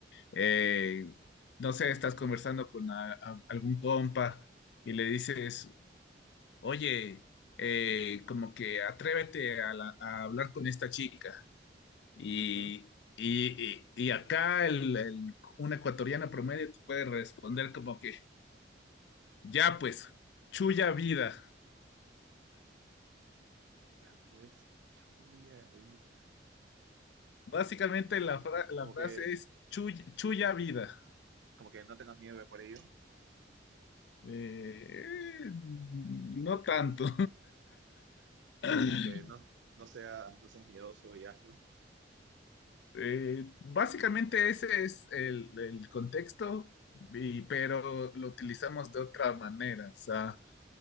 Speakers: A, on the left; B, on the right.
A: eh, no sé, estás conversando con a- a- algún compa y le dices, oye, eh, como que atrévete a, la- a hablar con esta chica. Y,
B: Ujú.
A: y, y- y acá el, el- un ecuatoriano promedio te puede responder como que, ya pues, chulla vida.
B: Ya pues, chuya vida.
A: Básicamente la, fra-
B: Es
A: la
B: como
A: frase
B: que,
A: es "Chuy- chuya vida.
B: como que no tengas miedo por ello,
A: Eh, no tanto. <laughs>
B: o como que no, no seas, no seas miedoso y hazlo.
A: Eh, básicamente ese es el, el contexto, y- pero lo utilizamos de otra manera. O sea,